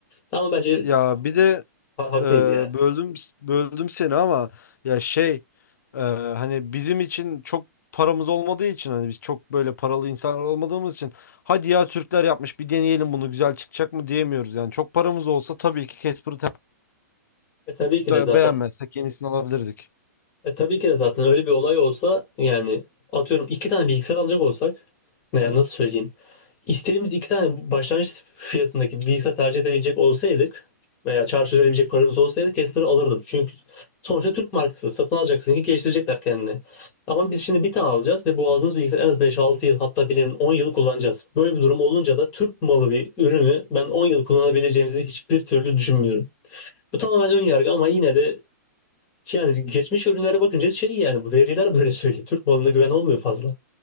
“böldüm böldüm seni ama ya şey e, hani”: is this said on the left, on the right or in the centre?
Left